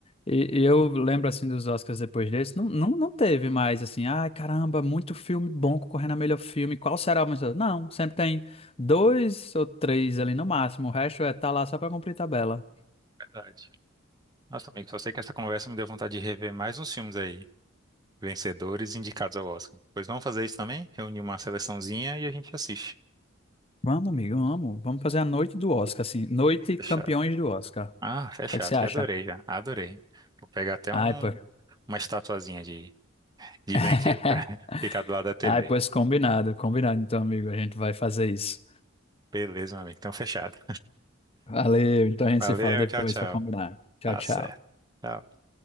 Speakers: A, on the left; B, on the right.
A: e e eu lembro assim dos Oscars depois desse, não, não, não teve mais assim, ai caramba, muito filme bom concorrendo a melhor filme, qual será o melhor? Não, sempre tem dois ou três ali no máximo, o resto é tá lá só pra cumprir tabela.
B: Verdade. Nossa, amigo, só sei que essa conversa me deu vontade de rever mais uns filmes aí, vencedores e indicados ao Oscar. Pois vamos fazer isso também? Reunir uma seleçãozinha e a gente assiste.
A: Vamos, amigo, vamos, vamos fazer a noite do Oscar, assim, noite
B: Fechado.
A: campeões do Oscar. O
B: Ah, fechado,
A: que é que você acha?
B: já adorei, já. Adorei. Vou pegar até
A: Ai,
B: um...
A: pô.
B: uma estatuazinha de De
A: <laughs>
B: brinquedo. <laughs> ficar do lado da TV.
A: Ai, pois combinado, combinado então, amigo, a gente vai fazer isso.
B: Beleza, meu amigo. Então, fechado.
A: Valeu, então a gente
B: Valeu,
A: se fala depois
B: tchau, tchau.
A: pra combinar. Tchau,
B: Tá
A: tchau.
B: certo. Tchau.